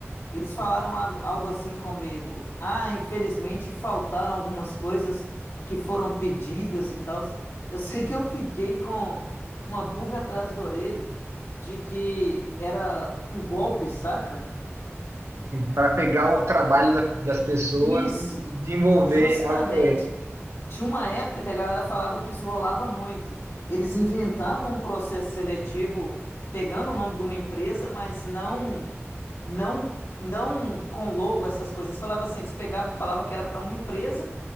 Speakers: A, on the left; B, on the right.
A: eles falaram a- algo assim comigo. Ah, infelizmente faltaram algumas coisas que foram pedidas e tal. Eu <laughs> sei que eu fiquei com uma pulga atrás da orelha de que era um golpe, saca?
B: para pegar o trabalho da- das pessoas
A: Isso,
B: e desenvolver
A: justamente.
B: algo para
A: Tinha uma época que a galera falava que isso rolava muito. Eles inventavam um processo seletivo pegando o nome de uma empresa, mas não não não com logo essas coisas. Eles falavam assim, eles pegavam, falava que era para uma empresa,